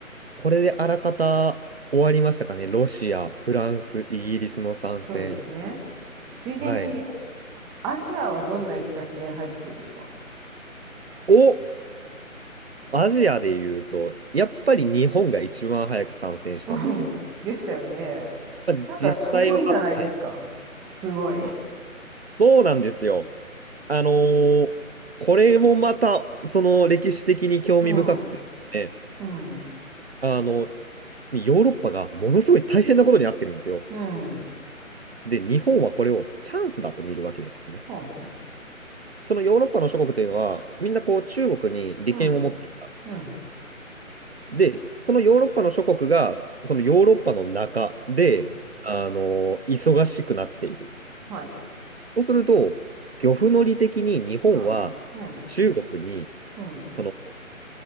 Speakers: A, on the right; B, in the centre.
A: これであらかた終わりましたかね。ロシア、フランス、イギリスの参戦。
B: そうですね。ついでに
A: はい。
B: アジアはどんないきさつで入ってくるんですか
A: を、アジアで言うと、やっぱり日本が一番早く参戦したんですよ。
B: うんでしたよね。
A: まあ、
B: なんか遠いじゃないですか。
A: 実際は、はい
B: すごい。
A: そうなんですよ。あのーこれもまた、その歴史的に興味深くてですね、
B: うん。うん。
A: あの、ヨーロッパがものすごい大変なことになってるんですよ。
B: うん。
A: で、日本はこれをチャンスだと見るわけですね。
B: ほうほ
A: そのヨーロッパの諸国というのは、みんなこう中国に利権を持っていた。
B: う。うん。うん。
A: で、そのヨーロッパの諸国が、そのヨーロッパの中で、
B: うん。
A: あのー忙しくなっている。
B: はい。
A: そうすると、漁夫の利的に日本は中国に、
B: うん。うん。うん。
A: その、